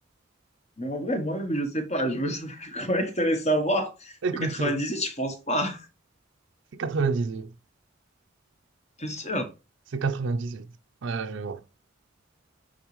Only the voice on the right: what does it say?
Écoute,
c'est
c'est 98.
C'est 98. Voilà, je vois.